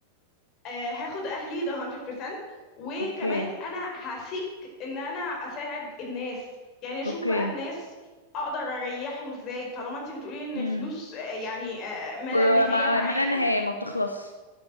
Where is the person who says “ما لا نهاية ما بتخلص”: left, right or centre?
Left